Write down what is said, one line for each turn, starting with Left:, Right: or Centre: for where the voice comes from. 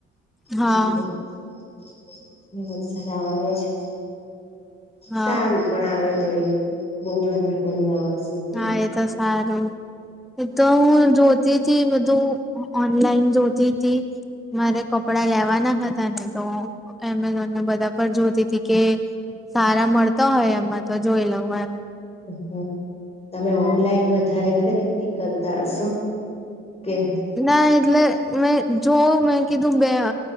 Centre: હા
Left: <inaudible> સઝન હરાવાનો છે.
Centre: હા
Left: સારું પણ આવે તો એ બહ ગરમી પડી આવ વર્ષે એટલે
Centre: હા એ તો સારું એ તો હું જો થી થી વધું ઓનલાઈન જોતી તી મારે કપડાં લેવાના હતા ને તો એમેઝોનને બધા પર જોતી હતી કે સારા મળતા હોય એમાં તો જોઈ લવ એમ
Left: હ તમે ઓનલાઈન વધારે ખરીદતી કરતા હશો કે
Centre: ના એટલે મેં જોવ મેં કીધું બે